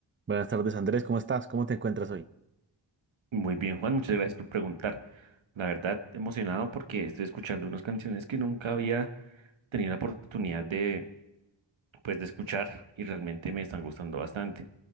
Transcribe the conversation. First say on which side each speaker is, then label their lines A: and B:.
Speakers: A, on the right (about 25°); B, on the right (about 80°).
A: Buenas tardes, Andrés. ¿Cómo estás? ¿Cómo te encuentras hoy?
B: Muy bien, Juan, muchas gracias por preguntar. La verdad, emocionado porque estoy escuchando unas canciones que nunca había tenido la oportunidad de, pues, de escuchar y realmente me están gustando bastante.